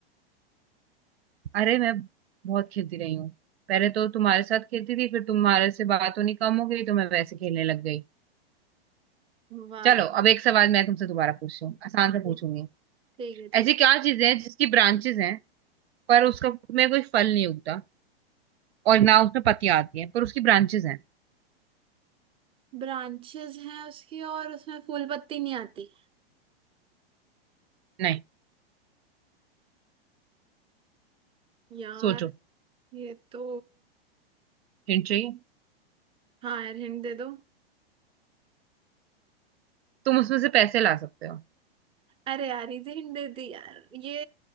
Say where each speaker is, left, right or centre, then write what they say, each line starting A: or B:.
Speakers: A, on the right; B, on the right.
A: अरे मैं बहुत खेलती रही हूँ पहले तो तुम्हारे साथ खेलती थी फिर तुम्हारे से बात होनी कम हो गई तो मैं वैसे खेलने लग गई
B: वाह
A: चलो अब एक सवाल मैं तुमसे दोबारा पूछती हूँ आसान से पूछूंगी
B: ठीक ठीक है ठीक
A: ऐसी क्या चीजें हैं जिसकी ब्रांचेस हैं पर उसका में कोई फल नहीं उगता और ना उसमें पत्तियां आती हैं पर उसकी ब्रांचेस हैं
B: ब्रांचेस हैं उसकी और उसमें फूल पत्ती नहीं आती
A: नहीं
B: यार
A: सोचो
B: ये तो
A: हिंट चाहिए
B: हाँ यार हिंट दे दो
A: तुम उसमें से पैसे ला सकते हो
B: अरे यार इजी हिंट दे दी यार ये